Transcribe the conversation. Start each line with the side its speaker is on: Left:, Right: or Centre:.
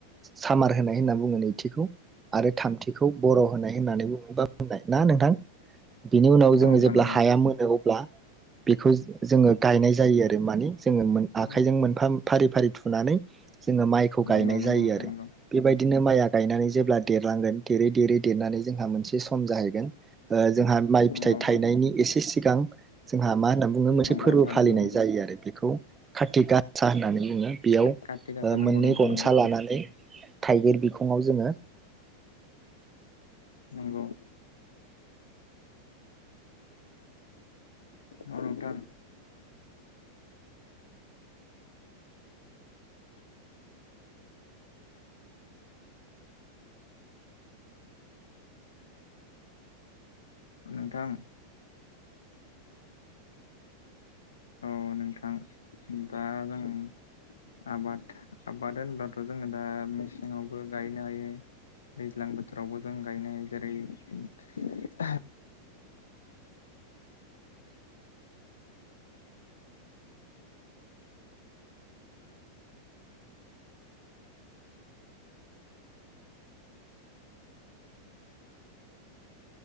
Right: सामार होनाय होनना बुङो नैथिखौ आरो थामथिखौ बर होनाय होननानै बुङो बुंनाय ना नोंथां बिनि उनाव जोंङो
Left: नोंथां
Right: जेब्ला
Left: नंगौ
Right: हाया मोनो अब्ला बेखौ जोंङो गायनाय जायो आरो आरो मानि जोंङो मोन
Left: नोंथां
Right: आखाइजों मोनफा दै फारि थुनानै जोंङो मायखौ गायनाय
Left: नंगौ नोंथां नंगौ
Right: जायो आरो
Left: नोंथां नंगौ
Right: बेबायदिनो माया गायनानै जेब्ला देरलां लांगोन देरै देरै देरनानै जोंहा मोनसे सम जाहैगोन ओ जोंहा माइ
Left: नंगौ
Right: फिथाइ थायनायनि एसे सिगां जोंहा मा होनना बुङो मोनसे
Left: नंगौ
Right: फोरबो
Left: नोंथां
Right: फालिनाय
Left: नंगौ
Right: जायो आरो बेखौ कारतिक का होननानै बुङो बेयाव
Left: काति गासा नंगौ
Right: मोननै
Left: नोंथां
Right: गनसा
Left: नंगौ
Right: लानानै थाइगिर बिखङाव जोंङो
Left: नंगौ औ नोंथां नोंथां औ नोंथां दा जों आबाद आबाद होनब्लाथ जोंङो दा मेसेङावबो गायनो हायो। दैज्लां बोथोरावबो जों गायनाय जेरै